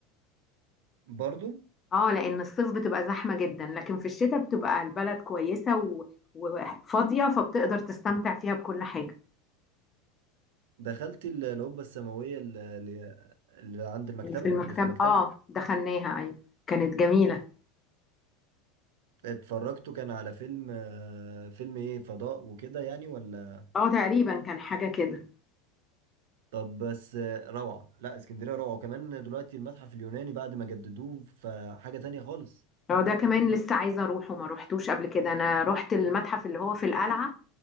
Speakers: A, on the right; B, on the left.
A: برضو
B: اه لأن الصيف بتبقى زحمة جدا لكن في الشتاء بتبقى البلد كويسة و- وفاضية فبتقدر تستمتع فيها بكل حاجة
A: دخلت ال- القبة السماوية اللي, اللي عند المكتبة
B: اللي في المكتب
A: اللي في المكتبة
B: اه دخلناها ايوه كانت جميلة
A: اتفرجتوا كان على فيلم آه، فيلم إيه فضاء وكده يعني ولا
B: اه تقريبا كان حاجة كده
A: طب بس آه، روعة لا اسكندرية روعة وكمان دلوقتي المتحف اليوناني بعد ما جددوه فحاجة تانية خالص
B: اه ده كمان لسه عايزة اروح وما روحتوش قبل كده انا رحت المتحف اللي هو في القلعة